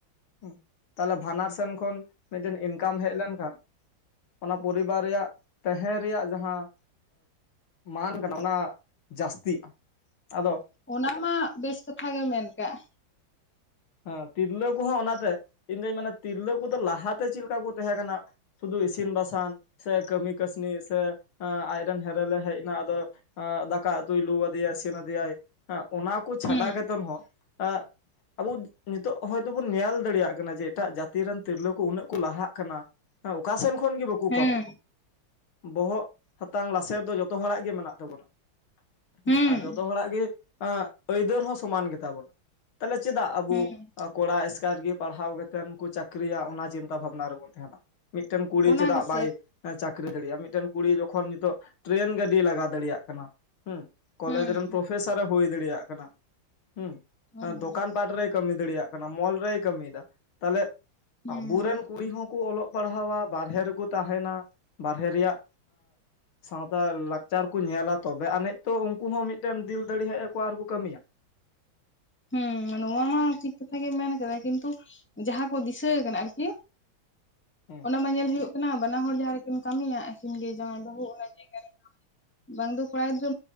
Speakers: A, on the left; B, in the centre.
A: ᱦᱮ ᱛᱟᱦᱞᱮ ᱵᱟᱱᱟᱨ ᱥᱮᱱ ᱠᱷᱚᱱ ᱢᱤᱫᱴᱮᱱ ᱤᱱᱠᱟᱢ ᱦᱮᱡ ᱞᱮᱱᱠᱷᱟᱱ ᱚᱱᱟ ᱯᱚᱨᱤᱵᱟᱨ ᱨᱮᱭᱟᱜ ᱛᱟᱦᱮᱸ ᱨᱮᱭᱟᱜ ᱡᱟᱦᱟᱸ ᱢᱟᱱ ᱠᱟᱱᱟ ᱚᱱᱟ ᱡᱟᱹᱥᱛᱤᱜᱼᱟ᱾ ᱟᱫᱚ
B: ᱚᱱᱟ ᱢᱟ ᱵᱮᱥ ᱠᱟᱛᱷᱟ ᱜᱮ ᱢᱮᱱ ᱠᱮᱫ
A: ᱦᱮᱸ ᱛᱤᱨᱞᱟᱹ ᱠᱚᱦᱚᱸ ᱚᱱᱟᱛᱮ ᱤᱧ ᱫᱩᱧ ᱢᱮᱱᱟ ᱛᱤᱨᱞᱟᱹ ᱠᱚᱫᱚ ᱞᱟᱦᱟᱛᱮ ᱪᱮᱫ ᱞᱮᱠᱟ ᱠᱚ ᱛᱟᱦᱮᱸ ᱠᱟᱱᱟ᱾ ᱥᱩᱫᱷᱩ ᱤᱥᱤᱱ ᱵᱟᱥᱟᱝ ᱥᱮ ᱠᱟᱹᱢᱤ ᱠᱟᱹᱥᱱᱤ ᱥᱮ ᱟᱡᱨᱮᱱ ᱦᱮᱨᱮᱞᱮ ᱦᱮᱡ ᱮᱱᱟ ᱟᱫᱚ᱾ ᱫᱟᱠᱟ ᱩᱛᱩᱭ ᱞᱩ ᱟᱫᱮᱭᱟᱭ ᱥᱮᱱ ᱟᱫᱮᱭᱟᱭ᱾ ᱚᱱᱟ ᱠᱚ ᱪᱷᱟᱰᱟ
B: ᱦᱩᱸ
A: ᱠᱟᱛᱮᱫ ᱦᱚᱸ ᱮ ᱟᱵᱚ ᱱᱤᱛᱚᱜ ᱦᱚᱭᱛᱚ ᱵᱚᱱ ᱧᱮᱞ ᱫᱟᱲᱮᱭᱟᱜ ᱠᱟᱱᱟ ᱡᱮ ᱮᱴᱟᱜ ᱡᱟᱹᱛ ᱨᱮᱱ ᱛᱤᱨᱞᱟᱹ ᱠᱚ ᱩᱱᱟᱹᱜ ᱠᱚ ᱞᱟᱦᱟᱜ ᱠᱟᱱᱟ᱾ ᱮ ᱚᱠᱟ ᱥᱮᱱ ᱠᱷᱚᱱ ᱜᱮ ᱵᱟ ᱵᱟᱹᱠᱩ
B: ᱦᱩᱸ
A: ᱠᱚ ᱵᱚᱦᱚᱜ ᱦᱟᱛᱟᱝ ᱞᱟᱥᱮᱨ ᱫᱚ ᱡᱚᱛᱚ ᱦᱚᱲᱟᱜ ᱜᱮ ᱢᱮᱱᱟᱜ ᱛᱟᱵᱚᱱᱟ᱾
B: ᱦᱩᱸ
A: ᱦᱮᱸ ᱟᱨ ᱡᱚᱛᱚ ᱦᱚᱲᱟᱜ ᱜᱮ ᱟᱹᱭᱫᱟᱹᱨ ᱦᱚᱸ ᱥᱚᱢᱟᱱ ᱜᱮᱛᱟᱵᱚᱱᱟ᱾ ᱪᱮᱫᱟᱜ ᱟᱵᱚ
B: ᱦᱩᱸ
A: ᱠᱚᱲᱟ ᱮᱥᱠᱟᱨ ᱜᱮ ᱯᱟᱲᱦᱟᱣ ᱠᱟᱛᱮᱫ ᱠᱚ ᱪᱟᱹᱠᱨᱤᱭᱟ᱾ ᱚᱱᱟ ᱪᱤᱱᱛᱟᱹ ᱵᱷᱟᱵᱽᱱᱟ ᱨᱮᱵᱚᱱ ᱛᱟᱦᱮᱱᱟ᱾ ᱢᱤᱫᱴᱮᱱ ᱠᱩᱲᱤ
B: ᱚᱱᱟ
A: ᱪᱮᱫᱟᱜ
B: ᱜᱮᱥᱮ
A: ᱵᱟᱭ ᱪᱟᱠᱨᱤ ᱫᱟᱲᱤᱭᱟᱜᱼᱟ᱾ ᱢᱤᱫᱴᱮᱱ ᱠᱩᱲᱤ ᱡᱚᱠᱷᱚᱱ ᱱᱤᱛᱚᱜ ᱴᱨᱮᱱ ᱜᱟᱹᱰᱤ ᱞᱟᱜᱟ ᱫᱟᱲᱮᱭᱟᱜ ᱠᱟᱱᱟ᱾ ᱦᱮᱸ ᱠᱚᱞᱮᱡᱽ
B: ᱦᱩᱸ
A: ᱨᱮᱱ ᱯᱨᱚᱯᱷᱮᱥᱟᱨ ᱮ ᱦᱩᱭ ᱫᱟᱲᱮᱭᱟᱜ ᱠᱟᱱᱟ᱾ ᱦᱮᱸ
B: <unintelligible>
A: ᱫᱚᱠᱟᱱ ᱯᱟᱴ ᱨᱮᱭ ᱠᱟᱹᱢᱤ ᱫᱟᱲᱮᱭᱟᱜ ᱠᱟᱱᱟ᱾ ᱢᱚᱞ ᱨᱮᱭ ᱠᱟᱹᱢᱤᱭᱮᱫᱟ᱾ ᱛᱟᱦᱚᱞᱮ
B: ᱦᱩᱸ
A: ᱟᱵᱚᱨᱮᱱ ᱠᱩᱲᱤ ᱦᱚᱸ ᱠᱚ ᱚᱞᱚᱜ ᱯᱟᱲᱦᱟᱣᱟ ᱵᱟᱨᱦᱮ ᱨᱮᱠᱚ ᱛᱟᱦᱮᱱᱟ᱾ ᱵᱟᱨᱦᱮ ᱨᱮᱭᱟᱜ ᱥᱟᱶᱛᱟ ᱞᱟᱠᱪᱟᱨᱠᱩ ᱧᱮᱞᱟ᱾ ᱛᱚᱵᱮ ᱟᱹᱱᱤᱡ ᱛᱚ ᱩᱱᱠᱩ ᱦᱚᱸ ᱢᱤᱫᱴᱮᱱ ᱫᱤᱞ ᱫᱟᱲᱮ ᱦᱮᱡ ᱟᱠᱚ ᱟᱨᱠᱩ ᱠᱟᱹᱢᱤᱭᱟ᱾
B: ᱦᱮᱸ ᱱᱚᱣᱟ ᱢᱟ ᱴᱷᱤᱠ ᱠᱟᱛᱷᱟ ᱜᱮᱢ ᱢᱮᱱ ᱠᱟᱫᱟ ᱠᱤᱱᱛᱩ ᱡᱟᱦᱟᱸ ᱠᱚ ᱫᱤᱥᱟᱹ ᱠᱟᱱᱟ ᱟᱨᱠᱤ᱾
A: ᱦᱮᱸ
B: ᱚᱱᱟᱢᱟ ᱧᱮᱞ ᱦᱩᱭᱩᱜ ᱠᱟᱱᱟ ᱵᱟᱱᱟ ᱦᱚᱲ ᱡᱟᱦᱟᱸ ᱨᱮᱠᱤᱱ ᱠᱟᱹᱢᱤᱭᱟ᱾ ᱟᱹᱠᱤᱱ ᱜᱮ ᱡᱟᱶᱟᱭ ᱵᱟᱹᱦᱩ ᱚᱱᱟ ᱡᱟᱜᱟ ᱨᱮ ᱵᱟᱝ ᱫᱚ ᱠᱚᱲᱟ ᱜᱤᱫᱽᱨᱟᱹ